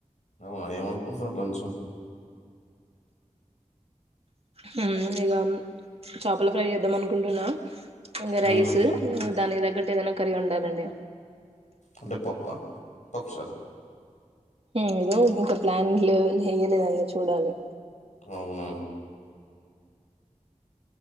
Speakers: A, on the left (about 65°); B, on the right (about 50°).
A: అవునా ఏమనుకురు లంచ్
B: హుమ్ ఇగ చేపల ఫ్రై చేద్దాం అనుకుంటున్నా ఇంకా రైస్
A: ఉమ్
B: దానికి తగ్గట్టు ఏదైనా కర్రీ ఉండాలండి.
A: అంటే పప్పా పప్పు సారు
B: ఏదో ఇంకా ప్లాన్ లెవెల్ ఏయలేదండి చూడాలి
A: అవునా